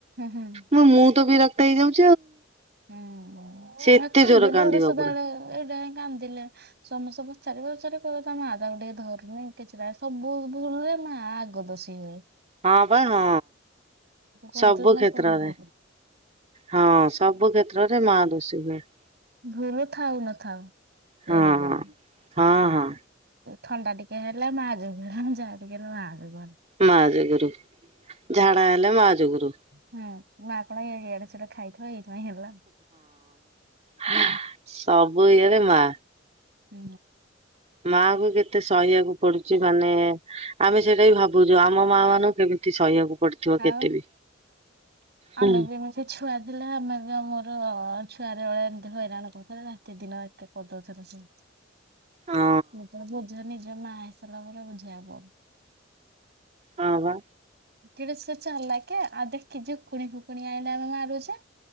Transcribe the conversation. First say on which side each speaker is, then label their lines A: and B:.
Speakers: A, on the right; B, on the right.
A: ହୁଁ।
B: ମୁଁ ମୁଁ ତ ବିରକ୍ତ ହେଇ ଯାଉ
A: ହୁଁ
B: ଏତେ
A: କାନ୍ଦିଲେ
B: ଜୋର କାନ୍ଦିବ
A: ଗୋଟେ ସଦାବେଳେ
B: ପୁରା
A: କନ୍ଦିଲେ ସମସ୍ତ ପଚାରି ପଚାରି କହିବେ ତା ମାଆ ତାକୁ ଟିକେ ଧରୁନି କିଛି ନାହିଁ ସବୁ ଶୁଣରେ ମାଆ ଆଗ ଦୋଷୀ ହୁଏ ।
B: ହଁ ବା ହଁ
A: କଣ
B: ସବୁ
A: ତ ନ
B: କ୍ଷେତ୍ରରେ
A: କହିବୁ
B: ହଁ ସବୁ କ୍ଷେତ୍ରରେ ମାଆ ଦୋଷୀ ହୁଏ ।
A: ଭୁଲ ଥାଉ ନଥାଉ
B: ହଁ
A: ରେଣ କର
B: ହଁ।
A: ।
B: ହଁ ହଁ
A: ଥଣ୍ଡା ଟିକେ ହେଲା ମାଜୁଗୁ ହେଲା ମୁଁ ଯାଟିକେ ହେଲେ ମା ଜୁଗୁ ହେଲା।
B: ମା ଯୋଗୁରୁ ଝାଡା ହେଲେ ମା ଯୋଗୁରୁ
A: ହ ହଁ । ଆପଣ ଇଆଡେ ସିଆଡେ ଖାଇଥିବେ ଏଇଥିପାଇଁ ହେଲା ହୁଁ
B: ହା ସବୁ ଇଏରେ ମା।
A: ହୁଁ।
B: ମାଆଙ୍କୁ କେତେ ସହିବାକୁ ପଡୁଛି ମାନେ ଆମେ ସେଇଟା ବି ଭାବୁଚୁ ଆମ ମାଆ ମାନଙ୍କୁ କେମିତି ସହିବାକୁ ପଡିଥିବ କେତେ
A: ଆଉ
B: ବି। ହୁଁ
A: ଆମେ ବି ଏମିତି ଛୁଆ ଥିଲେ ଆମେ ବି ଆମର ଛୁଆଟା ବେଳେ ଏମତି ହଇରାଣ କରୁଥିଲେ ରାତି ଦିନ ଏକେ କରିଦଉଥିଲେ ସବୁ।
B: ହଁ
A: <unintelligible> ବୁଝେ ନିଜେ ମା ହେଇ ସାରିଲା ପରେ ବୁଝିଆକୁ ପଡ଼େ।
B: ହଁ ବା।
A: କେଡ଼େ ସେ ଚାଲାକି ଆଉ ଦେଖି ଝୁକୁଣି ଫୁକୁଣି ଆଣିଲେ ଆମେ ମାରୁଛେ,